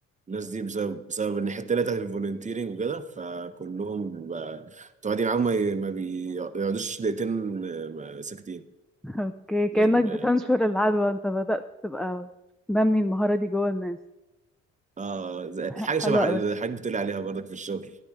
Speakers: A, on the right; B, in the centre.
A: الناس دي بسبب بسبب ان الحته اللي هي بتاعت الفولنتيرنج وكده فكلهم بقى- تقعدي معاهم ما ي- ما بيقعدوش دقيقتين آه، ساكتين
B: اوكي كأنك
A: لازم ب-
B: بتنشر العدوى انت بدأت تبقى تنمي المهارة دي جوه الناس
A: اه زي-
B: <laughs>
A: حاجه
B: حلوة
A: شبه الحاجات
B: قوي
A: اللي حضرتك بتقولي عليها برضك في الشغل